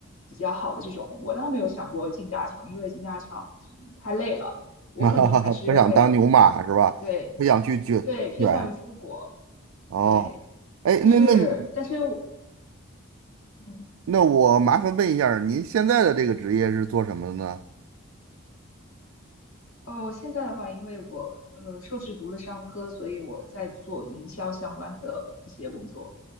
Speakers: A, on the left; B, on the right.
A: 比较好的这种。我倒没有想过进大厂，因为进大厂，嗯太累了，
B: <laughs>
A: 我可能还是会
B: 哈哈哈，不想当牛马是吧？
A: 对
B: 不想去卷卷。
A: 对偏向于出国，
B: 哦，
A: 对。
B: 哎，
A: 但是，
B: 那那你
A: 但是我，嗯，
B: 那我麻烦问一下儿您现在的这个职业是做什么的呢？
A: 哦，我现在的话，因为我呃硕士读了商科，所以我在做营销相关的一些工作，